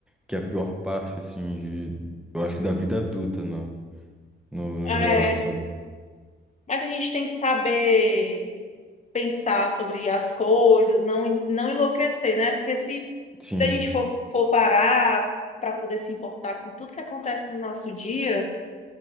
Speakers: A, in the centre; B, on the left (about 35°).
A: que é a pior parte, assim, de, eu acho que da vida adulta, no, no,
B: É,
A: no geral, sabe?
B: mas a gente tem que saber pensar sobre as coisas, não, não enlouquecer, né? Porque se,
A: Sim,
B: se a gente for, for parar para poder se importar com tudo que acontece no nosso dia,